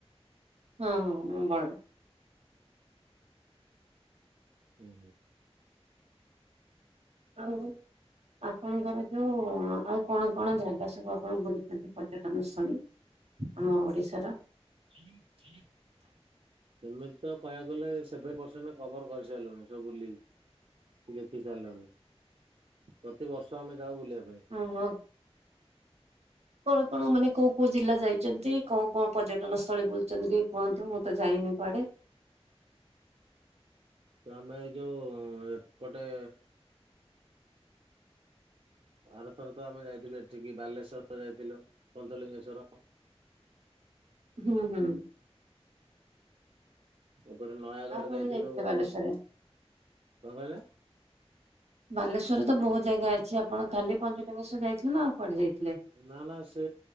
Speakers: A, on the right (about 80°); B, on the right (about 60°).
A: ହଁ, ହଁ ମୁଁ ବଡ଼।
B: ହୁଁ, ହୁଁ।
A: ଆଉ ଆପଣଙ୍କର ଯୋଉ ଆଉ କଣ କଣ ଜାଗା ସବୁ ଆପଣ ବୁଲିଛନ୍ତି ପର୍ଯ୍ୟଟନ ସ୍ଥଳୀ? ଆମ ଓଡିଶାର?
B: ଠିକ ସେମିତି ତ କହିବାକୁ ଗଲେ ସେଭେଣ୍ଟ ପରସେଣ୍ଟ କଭର କରିସାରିଲଣି ସବୁ ବୁଲିକି। ଦେଖି ସାରିଲୁଣି ପ୍ରତିିବର୍ଷ ଆମେ ଯାଉ ବୁଲିବା ପାଇଁ।
A: ଓ ହୋ। କଣ କଣ ମାନେ କୋଉ କୋଉ ଜିଲ୍ଲା ଯାଇଛନ୍ତି କୋଉ କଣ ପର୍ଯ୍ୟଟନ ସ୍ଥଳୀ ବୁଲୁଛନ୍ତି କୁହନ୍ତୁ ମୁଁ ତ ଯାଇନି କୁଆଡେ?
B: ତମେ ଏଇ ଯୋଉ ଏପଟେ ଆରଥର ତ ଆମେ ଯାଇଥିଲୁ ଏଠିକି ବାଲେଶ୍ଵର ଯାଇଥିଲୁ ପଞ୍ଚଲିଙ୍ଗେଶ୍ଵର।
A: ହୁଁ ହୁଁ।
B: ଏପଟେ ନୟାଗଡ଼
A: ଆଉ କଣ
B: ଯାଇଥିଲୁ
A: ଯାଇଥିଲେ ବାଲେଶ୍ଵରରେ?
B: କଣ କହିଲେ?
A: ବାଲେଶ୍ୱରରେ ତ ବହୁତ ଜାଗା ଅଛି ଆପଣ ଖାଲି ପଞ୍ଚଲିଙ୍ଗେଶ୍ୱର୍ ଯାଇଥିଲେ ନା ଆଉ କୁଆଡେ ଯାଇଥିଲେ?
B: ନା ନା ସେ